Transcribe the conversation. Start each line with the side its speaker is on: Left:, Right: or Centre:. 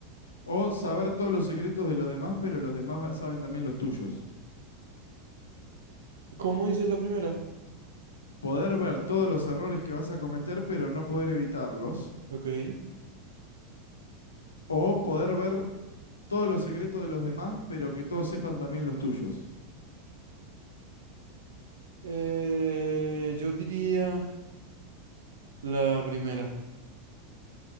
Left: O saber todos los secretos de los demás, pero los demás va- saben también los tuyos.
Right: ¿Cómo dice la primera?
Left: poder ver todos los errores que vas a cometer, pero no poder evitarlos.
Right: Ok.
Left: O poder ver todos los secretos de los demás, pero que todos sepan también los tuyos.
Right: Eh, yo diría la primera.